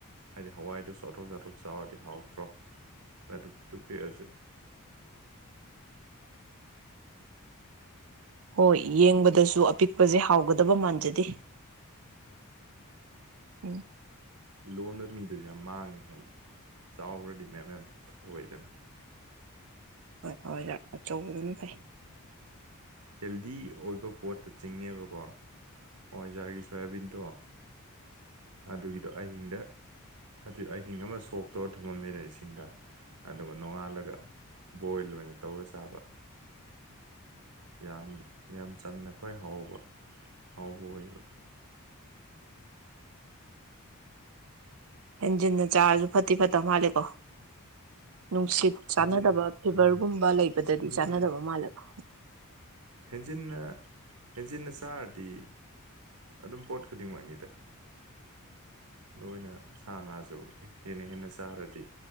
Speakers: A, on the right; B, on the right.
A: ꯍꯥꯏꯗꯤ ꯍꯋꯥꯏꯗꯨ ꯆꯥꯊꯣꯛ ꯆꯥꯊꯣꯛ ꯆꯥꯎꯔꯗꯤ ꯍꯥꯎꯇ꯭ꯔꯣ ꯑꯗꯨ ꯄꯤꯛꯇ꯭ꯔꯨ ꯄꯤꯛꯑꯁꯨ
B: ꯍꯣꯏ ꯌꯦꯡꯕꯗꯁꯨ ꯑꯄꯤꯛ ꯄꯁꯦ ꯍꯥꯎꯒꯗꯕ ꯃꯥꯟꯖꯗꯦ ꯎꯝ
A: ꯂꯣꯟꯅ ꯃꯤ ꯑꯗꯨꯁꯨ ꯌꯥꯝ ꯃꯥꯡꯉꯦ ꯍꯥꯏꯕꯅꯤ ꯆꯥꯎꯒ꯭ꯔꯗꯤ ꯃꯌꯥꯝ ꯃꯌꯥꯝ ꯊꯣꯛꯑꯦꯗꯅ
B: ꯍꯣꯏ ꯍꯋꯥꯏꯖꯥꯔ ꯑꯆꯧꯕꯗꯨꯅ ꯐꯩ
A: ꯎꯝ ꯍꯦꯜꯗꯤ ꯑꯣꯏꯕ ꯄꯣꯠꯇ ꯆꯤꯡꯉꯦꯕꯀꯣ ꯍꯋꯥꯏꯖꯥꯔꯒꯤ ꯁꯣꯌꯥꯕꯤꯟꯗꯣ ꯑꯗꯨꯒꯤꯗꯣ ꯑꯍꯤꯡꯗ ꯍꯥꯏꯗꯤ ꯑꯍꯤꯡ ꯑꯃ ꯁꯣꯛꯇꯧꯔ ꯊꯝꯃꯝꯃꯦꯅ ꯏꯁꯤꯡꯗ ꯑꯗꯨꯒ ꯅꯣꯡꯉꯥꯜꯂꯒ ꯕꯣꯏꯜ ꯑꯣꯏꯅ ꯇꯧꯔ ꯆꯥꯕ ꯌꯥꯝ ꯌꯥꯝ ꯆꯝꯅ ꯈ꯭ꯋꯥꯏ ꯍꯥꯎꯕ ꯍꯥꯎꯕ ꯑꯣꯏꯕ
B: ꯍꯦꯟꯖꯤꯟꯅ ꯆꯥꯔꯁꯨ ꯐꯠꯇꯤ ꯐꯠꯇꯕ ꯃꯥꯜꯂꯦꯀꯣ ꯅꯨꯡꯁꯤꯠ ꯆꯥꯟꯅꯗꯕ
A: ꯍꯦꯟꯖꯤꯟ
B: ꯐꯤꯚꯔꯒꯨꯝꯕ
A: ꯎꯝ
B: ꯂꯩꯕꯗꯗꯤ
A: ꯎꯝ
B: ꯆꯥꯟꯅꯗꯕ ꯃꯥꯜꯂꯦꯀꯣ
A: ꯍꯦꯟꯖꯤꯟꯅ ꯍꯦꯟꯖꯤꯟꯅ ꯆꯥꯔꯗꯤ ꯑꯗꯨꯝ ꯄꯣꯠ ꯈꯨꯗꯤꯡꯃꯛꯅꯤꯗ ꯅꯣꯏꯅ ꯁꯥ ꯉꯥꯁꯨ ꯍꯦꯟꯅ ꯍꯦꯟꯅ ꯆꯥꯔꯗꯤ